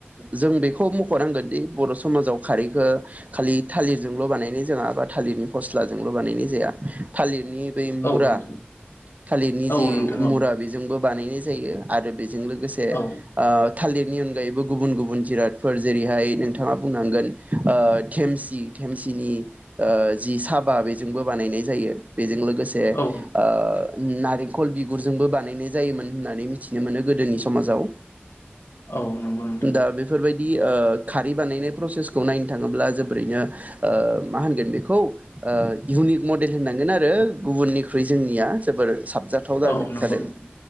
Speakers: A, on the right; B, on the left.
A: जों बेखौ मख'नांगोन दि बर' समाजाव खारैखो खालि थालिरजोंल' बानायनाय जोंङो बा थालिरनि फस्लाजों ल' बानाय नाय जाया थालिर नि बे मुरा
B: औ नोंथां
A: थालिरनि
B: औ
A: जि
B: नोंथां
A: मुरा
B: औ
A: बे जोंबो बानायनाय जायो आरो बे जों लोगोसे
B: औ
A: आ थालिरनि अनगायैबो गुबुन गुबुन जिरादफोर जेरैहाय नोंथांङा बुंनांगोन ओ थेमसि थेमसिनि ओ जि साबा बे जोंबो बानायनाय जायो बेजों लोगोसे लोगोसे
B: औ
A: ओ उम नारेंखल बिगुरजोंबो बानायनाय जायोमोन होननानै मिथिनो मोनो गोदोनि समाजाव
B: औ नंगौ नोंथां
A: दा बेफोरबायदि दि ओ खारै बानायनाय प्रसेसखौ नायनो थांङोब्ला जोबोरैनो ओ मा होनगोन बेखौ ओ इउनिक मडेल होननांगोन आरो गुबुननिख्रुइ जोंनिया जोबोर साब जाथाव जा-जादों
B: औ नंगौ नोंथां